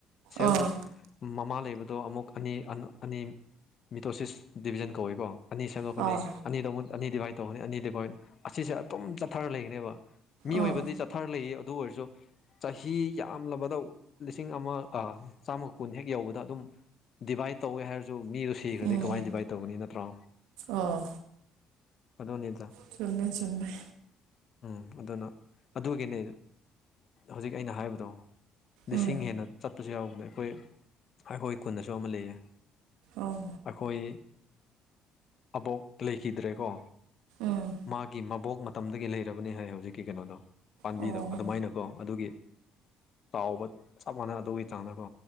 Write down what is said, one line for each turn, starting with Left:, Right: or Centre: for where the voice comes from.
Left: ꯁꯦꯜꯗꯣ
Right: ꯑꯥ
Left: ꯃꯃꯥ ꯂꯩꯕꯗ ꯑꯗꯣ ꯑꯃꯨꯛ ꯑꯅꯤ ꯑ ꯑꯅꯤ ꯃꯤꯇꯣꯁꯤꯁ ꯗꯤꯕꯤꯖꯟ ꯀꯧꯏꯀꯣ ꯑꯅꯤ ꯁꯦꯝꯗꯣꯛꯀꯅꯤ
Right: ꯑꯥ
Left: ꯑꯅꯤꯗ ꯑꯃꯨ ꯑꯅꯤ ꯗꯤꯚꯥꯏꯠ ꯇꯧꯒꯅꯤ ꯑꯅꯤ ꯗꯤꯚꯥꯏꯠ ꯑꯁꯤꯁꯦ ꯑꯗꯨꯝ ꯆꯠꯊꯔ ꯂꯩꯒꯅꯦꯕ ꯃꯤꯑꯣꯏꯕꯗꯤ
Right: ꯑꯥ
Left: ꯆꯠꯊꯔ ꯂꯩ ꯑꯗꯨ ꯑꯣꯏꯔꯁꯨ ꯆꯍꯤ ꯌꯥꯝꯂꯕꯗ ꯂꯤꯁꯤꯡ ꯑꯃ ꯆꯥꯝꯃꯒ ꯀꯨꯟ ꯍꯦꯛ ꯌꯧꯕꯗ ꯑꯗꯨꯝ ꯗꯤꯚꯥꯏꯠ ꯇꯧꯋꯦ ꯍꯥꯏꯔꯁꯨ ꯃꯤꯗꯣ ꯁꯤꯈ꯭ꯔꯗꯤ
Right: ꯎꯝ
Left: ꯀꯃꯥꯏꯅ ꯗꯤꯚꯥꯏꯠ ꯇꯧꯒꯅꯤ ꯅꯠꯇ꯭ꯔꯣ
Right: ꯑꯣ
Left: ꯑꯗꯣꯅꯤꯗ
Right: ꯆꯨꯝꯃꯦ ꯆꯨꯝꯃꯦ
Left: ꯎꯝ ꯑꯗꯨꯅ ꯑꯗꯨꯒꯤꯅꯦ ꯍꯧꯖꯤꯛ ꯑꯩꯅ ꯍꯥꯏꯕꯗꯣ ꯂꯤꯁꯤꯡ
Right: ꯎꯝ
Left: ꯍꯦꯟꯅ ꯆꯠꯄꯁꯨ ꯌꯥꯎꯕꯗ ꯑꯩꯈꯣꯏ ꯑꯩꯈꯣꯏ ꯈꯨꯟꯗꯁꯨ ꯑꯃ ꯂꯩꯌꯦ
Right: ꯑꯣ
Left: ꯑꯩꯈꯣꯏ ꯑꯕꯣꯛ ꯂꯩꯈꯤꯗ꯭ꯔꯦꯀꯣ
Right: ꯎꯝ
Left: ꯃꯥꯒꯤ ꯃꯕꯣꯛ ꯃꯇꯝꯗꯒꯤ ꯂꯩꯔꯕꯅꯦ ꯍꯥꯏ ꯍꯧꯖꯤꯛꯀꯤ ꯀꯩꯅꯣꯗꯣ ꯄꯥꯝꯕꯤꯗꯣ
Right: ꯑꯣ
Left: ꯑꯗꯨꯃꯥꯏꯅꯀꯣ ꯒꯤ ꯆꯥꯎꯕ ꯆꯞ ꯃꯥꯟꯅ ꯑꯗꯨꯒꯤ ꯆꯥꯡꯅꯀꯣ